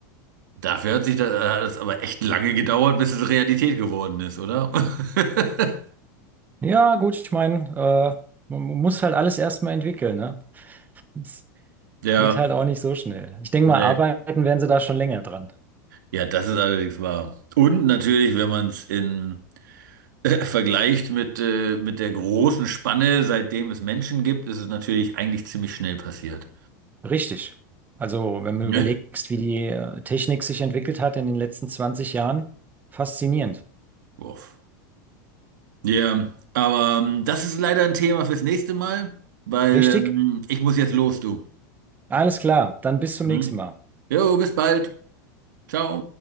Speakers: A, on the right; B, on the right.
A: dafür hat sich das, äh, hat es aber echt lange gedauert, bis es Realität geworden ist, oder? <laughs>
B: Ja, gut, ich meine, äh, man muss halt alles erstmal entwickeln, ne? Es
A: Ja,
B: geht halt auch nicht so schnell. Ich denke
A: nee.
B: mal, arbeiten werden sie da schon länger dran.
A: Ja, das ist allerdings wahr. Und natürlich, wenn man es in <laughs> äh, vergleicht mit, äh, mit der großen Spanne, seitdem es Menschen gibt, ist es natürlich eigentlich ziemlich schnell passiert.
B: Richtig. Also, wenn du
A: Ne?
B: überlegst, wie die äh, Technik sich entwickelt hat in den letzten 20 Jahren, faszinierend.
A: <laughs> Uff. Ja, aber ähm, das ist leider ein Thema fürs nächste Mal, weil
B: Richtig?
A: ähm, ich muss jetzt los, du.
B: Alles klar, dann bis zum
A: Hm?
B: nächsten Mal.
A: Jo, bis bald. Ciao.